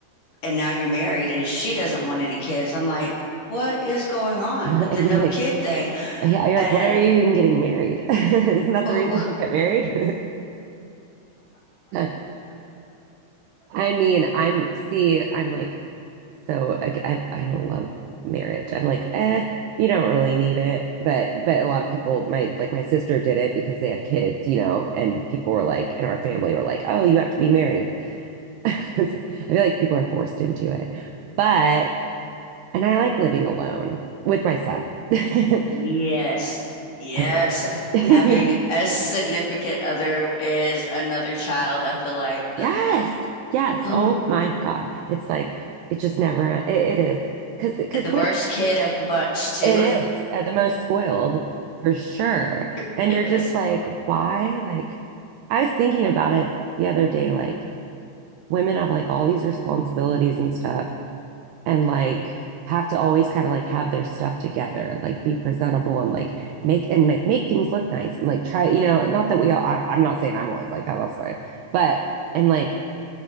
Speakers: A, on the left; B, on the right.
A: and now you're married and she doesn't want any kids. I'm like, what is going on
B: And
A: with the no
B: you're like,
A: kid thing?
B: yeah, you're
A: Uh,
B: like, why are you even getting married? <laughs> Isn't that
A: <laughs>
B: the reason
A: oh,
B: you get married? <laughs> I mean, I'm see, I'm like So I, I, I don't love marriage. I'm like, eh, you don't really need it. But but a lot of people, my like my sister did it because they had kids, you know, and people were like in our family were like, oh, you have to be married. <laughs> So I feel like people are forced into it. But and I like living alone with my son. <laughs> I
A: yes. Yes.
B: will. <laughs> Yeah.
A: Having a significant other is another child, I feel like.
B: Yes. Yes.
A: Um,
B: Oh my God. It's like it just never it, it is. Cause because
A: the worst kid of the bunch too.
B: It is at the most spoiled for sure. And
A: <laughs>
B: you're just like, why? Like, I was thinking about it the other day. Like, women have like all these responsibilities and stuff, and like have to always kind of like have their stuff together, like be presentable and like make and like make things look nice and like try, you know, not that we all, I, I'm not saying I'm always like that, that's why, but and like